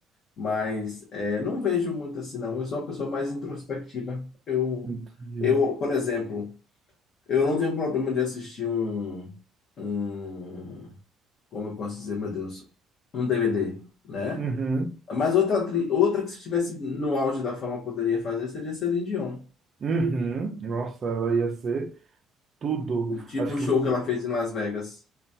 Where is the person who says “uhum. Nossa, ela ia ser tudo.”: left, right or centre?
Right